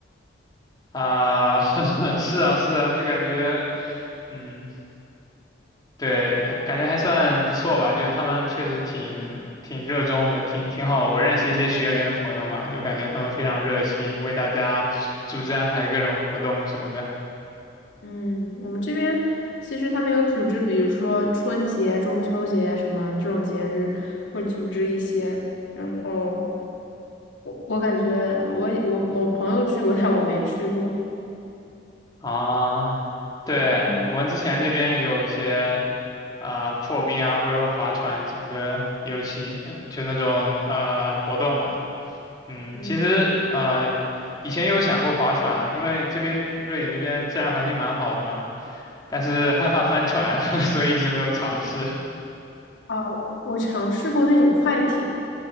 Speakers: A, on the left; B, on the left.
A: 啊，<laughs> 是啊，是啊，就感觉，嗯，对，还感觉还算不错吧，就他们确实挺挺热衷的，挺挺好的我认识一些学联的朋友嘛，就感觉他们非常热心，为大家组织安排各种活动什么的。
B: 嗯，我们这边其实他们有组织，比如说春节、中秋节什么这种节日，会组织一些。然后我我感觉我也我我朋友去过，<laughs> 但我没去过。
A: 啊，对，
B: 嗯
A: 我们之前这边有一些啊、破冰啊，或者说划船什么的游戏，呃就那种呃活动嘛。嗯，
B: 嗯，
A: 其实呃，以前有想过划船，因为这边瑞典这边自然环境蛮好的嘛，但是害怕翻船，<laughs> 所以一直没有尝试。
B: 哦，我尝试过那种快艇，